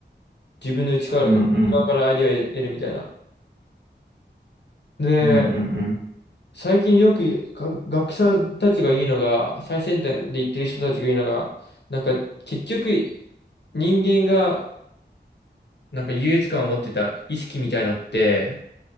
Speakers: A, on the left; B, on the right.
A: 自分の内から、
B: うん、うん、
A: 内側からアイディアを得るみたいな。で、
B: うん、うん、
A: 最近よくか学者たちが言うのが、最先端で言ってる人たちが言うのが、なんか結局人間がなんか優越感を持ってた意識みたいのって、